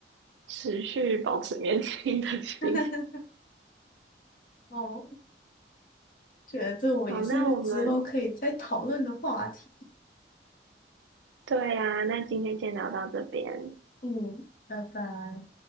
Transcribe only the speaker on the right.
持续保持年轻的心。
<laughs> 好，那我们对呀、那今天先聊到这边。